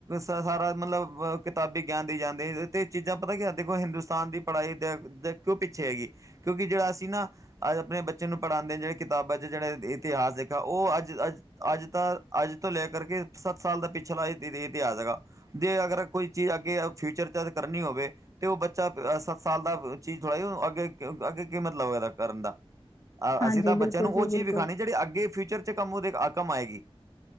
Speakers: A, on the right; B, on the left.
A: ਸਾਰਾ ਮਤਲਬ ਕਿਤਾਬੀ ਗਿਆਨ ਦਈ ਜਾਂਦੇ ਤੇ ਚੀਜ਼ਾਂ ਪਤਾ ਕੀ ਦੇਖੋ ਹਿੰਦੁਸਤਾਨ ਦੀ ਪੜ੍ਹਾਈ ਦੇ, ਕਿਉਂ ਪਿੱਛੇ ਹੈਗੀ, ਕਿਉਂਕਿ ਜਿਹੜਾ ਅਸੀਂ ਨਾ ਅੱਜ ਆਪਣੇ ਬੱਚੇ ਨੂੰ ਪੜ੍ਹਾਉਦੇ ਜਿਹੜਾ ਕਿਤਾਬਾਂ ਜਿਹੜੇ ਇਤਿਹਾਸ ਉਹ ਅੱਜ ਅੱਜ ਅੱਜ ਤਾਂ ਅੱਜ ਤੋਂ ਲੈ ਕਰਕੇ ਸੱਤ ਸਾਲ ਦਾ ਪਿਛਲਾ ਇਤਿਹਾਸ ਹੈਗਾ। ਜੇ ਅਗਰ ਕੋਈ ਚੀਜ਼ ਅੱਗੇ ਫਿਊਚਰ ਚ ਅੱਜ ਕਰਨੀ ਹੋਵੇ। ਤੇ ਉਹ ਬੱਚਾ ਸੱਤ ਸਾਲ ਦਾ ਚੀਜ਼ ਥੋੜ੍ਹਾ ਕੀ ਅੱਗੇ ਅੱਗੇ ਕੀ ਮਤਲਬ ਕਰਨ ਦਾ, ਅ
B: ਹਾਂਜੀ
A: ਅਸੀਂ ਤਾਂ ਬੱਚਿਆਂ
B: ਬਿਲਕੁਲ
A: ਨੂੰ ਉਹ
B: ਜੀ
A: ਚੀਜ਼
B: ਬਿਲਕੁਲ
A: ਵਿਖਾਉਣੀ ਜਿਹੜੇ ਅੱਗੇ, ਫਿਊਚਰ ਚ ਕੰਮ ਉਹਦੇ ਕੰਮ ਆਏਗੀ,